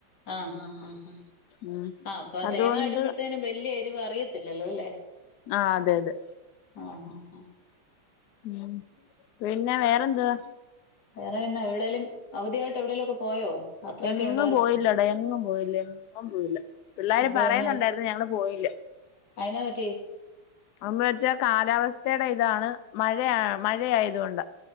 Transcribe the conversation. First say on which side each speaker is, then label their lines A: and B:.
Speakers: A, on the left; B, on the left.
A: ആഹ് ഹ ഹ ഹ്
B: ഉം
A: ആഹ് അപ്പൊ
B: അതുകൊണ്ട്
A: തേങ്ങ ഇടുമ്പോഴേത്തേനും വലിയ എരിവ് അറിയത്തില്ലല്ലോ അല്ലേ?
B: ആ അതെ അതെ
A: ആഹ് ആഹ് ആഹ്
B: ഉം പിന്നെ വേറെന്തുവാ?
A: വേറെ എന്ന? എവിടെലും അവധിയായിട്ട് എവിടെലും ഒക്കെ പോയോ? യാത്രയൊക്കെ
B: എങ്ങും
A: ഉണ്ടായിരുന്നോ
B: പോയില്ലെടാ എങ്ങും പോയില്ല. എങ്ങും പോയില്ല പിള്ളാര്
A: അത്
B: പറയുന്നുണ്ടായിരുന്നു
A: എന്നാ
B: ഞങ്ങള് പോയില്ല.
A: അയിനാ പറ്റി
B: ഒന്ന് വെച്ചാ കാലാവസ്ഥടെ ഇതാണ് മഴയാ മഴയായതു കൊണ്ട.